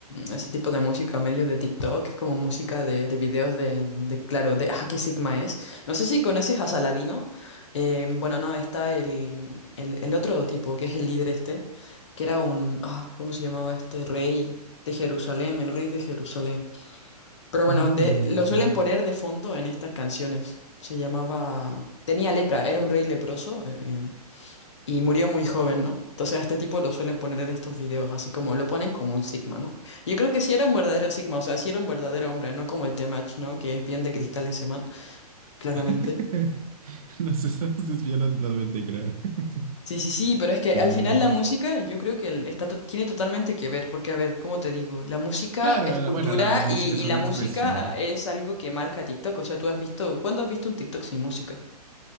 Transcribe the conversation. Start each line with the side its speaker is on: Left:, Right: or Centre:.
Left: a ese tipo de música medio de TikTok, que es como música de, de videos de, de, claro, de ah, qué Sigma es. No sé si conoces a Saladino. Eh, bueno, no, está el, el, el otro tipo, que es el líder este, que era un, ah, ¿cómo se llamaba este? Rey de Jerusalén, el rey de Jerusalén. Pero bueno,
Right: Uy,
Left: de, lo
Right: sí.
Left: suelen poner de fondo en estas canciones. Se llamaba, tenía lepra, era un rey leproso. eh, em, y murió muy joven, ¿no? Entonces a este tipo lo suelen poner en estos videos, así como lo ponen como un Sigma, ¿no? Yo creo que sí era un verdadero Sigma, o sea, sí era un verdadero hombre, no como el Temach, ¿no? Que es bien de cristal ese man, claramente.
Right: <laughs> Nos estamos desviando totalmente, creo. <laughs>
Left: Sí, sí, sí, pero es que
Right: Ah,
Left: al final la música yo creo que el- está to- tiene totalmente que ver, porque a ver, ¿cómo te digo? La música
Right: Claro,
Left: es cultura
Right: la- bueno, la música
Left: y,
Right: es
Left: y la
Right: una
Left: música
Right: expresión.
Left: es algo que marca TikTok, o sea, tú has visto, ¿cuándo has visto un TikTok sin música?